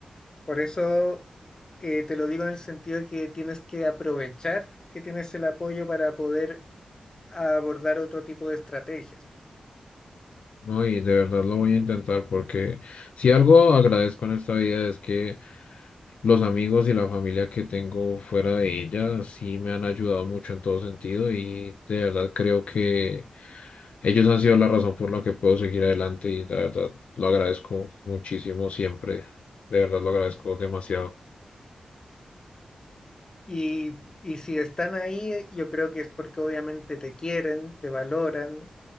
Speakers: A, on the left; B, on the left.
A: Por eso eh, te lo digo en el sentido de que tienes que aprovechar que tienes el apoyo para poder abordar otro tipo de estrategias.
B: ¿no? Y de verdad lo voy a intentar porque si algo agradezco en esta vida es que los amigos y la familia que tengo fuera de ella sí me han ayudado mucho en todo sentido y de verdad creo que... Ellos han sido la razón por la que puedo seguir adelante y la verdad lo agradezco muchísimo siempre. De verdad lo agradezco demasiado.
A: Y, y si están ahí, yo creo que es porque obviamente te quieren, te valoran